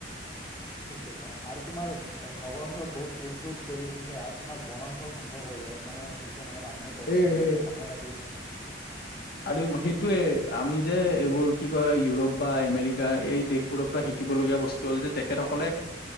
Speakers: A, on the left; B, on the left.
A: ঠিক কৈছা, আৰু তোমাৰ নগৰ অঞ্চলত বহুত উদ্যোগ গঢ়ি উঠিছে আৰু তোমাৰ বনাঞ্চল ধ্বংস কৰে, মানে হৈছে মানে মানুহে গছ
B: উম
A: কাটি
B: হম
A: আছে, পাহাৰ কাটি আছে,
B: আৰু সেইটোৱে আমি যে এইবোৰ কি কয় ইউৰোপ বা এমেৰিকা এই দেশবোৰৰ পৰা শিকিবলগীয়া বস্তু তল যে তেখেতসকলে